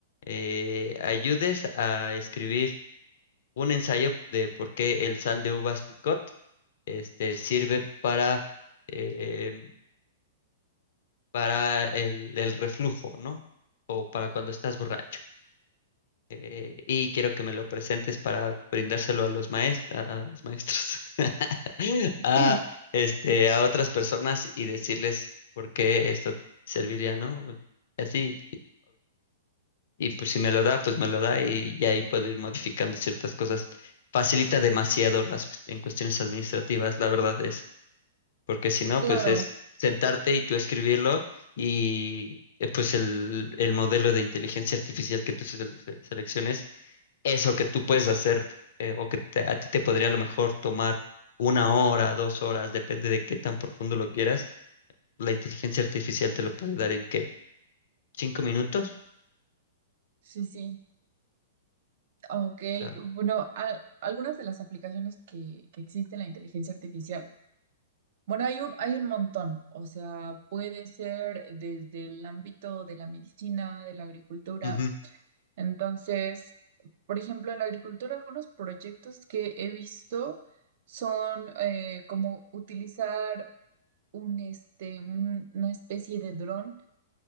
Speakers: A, on the left (about 60°); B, on the right (about 55°).
A: eh, ayudes a escribir un ensayo de por qué el sal de uvas picot este, sirve para, eh, para el, el reflujo, ¿no? O para cuando estás borracho. Eh, y quiero que me lo presentes para brindárselo a los maestros, a los maestros, <laughs> a,
B: <laughs>
A: este, a otras personas y decirles por qué esto serviría, ¿no? Así, Y pues si me lo da, pues me lo da y ya ahí puedo ir modificando ciertas cosas. Facilita demasiado las cuest- en cuestiones administrativas, la verdad es, porque si no,
B: Claro,
A: pues es sentarte y tú escribirlo y eh, pues el, el modelo de inteligencia artificial que tú sele- se- selecciones, eso que tú puedes hacer eh, o que te- a ti te podría a lo mejor tomar una hora, dos horas, depende de qué tan profundo lo quieras, la inteligencia artificial te lo puede dar en qué, cinco minutos.
B: sí, sí. Ok,
A: O sea,
B: bueno, al- algunas de las aplicaciones que, que existen en la inteligencia artificial. Bueno, hay un, hay un montón, o sea, puede ser desde el ámbito de la medicina, de la agricultura.
A: ujú,
B: Entonces, por ejemplo, en la agricultura, algunos proyectos que he visto son eh, como utilizar un, este, un- una especie de dron